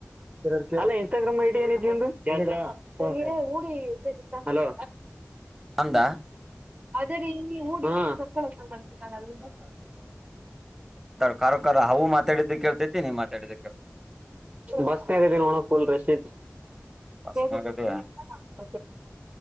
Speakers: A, on the right (about 25°); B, in the centre.
A: ಎರ್ಡ್ ಕೆ---ಅಲ್ಲ ಇನ್ಸ್ಟಾಗ್ರಾಮ್ ಐಡಿ ಏನೈತ್ ನಿಂದು----ಏನ--ಅಲೋ
B: ನಂದಾ
A: ಆದರೆ ಹಡ ಸಕ್ಕಳ ಸಂಬಿಸ ಅಲ್ಲಿಂದ
B: ತರಕಾರ ಹಾವು ಮಾತಾಡಿದ ಕೇಳ್ತೈತಿ ನೀ ಮಾತಾಡಿದ ಕೇಳ್
A: ಬಸ್ನ ಇದಿದ್ದೀನ ನೋಣಫುಲ್ ರಶೀದ್
B: ಬಸ್ನಾಗದ
A: ಮ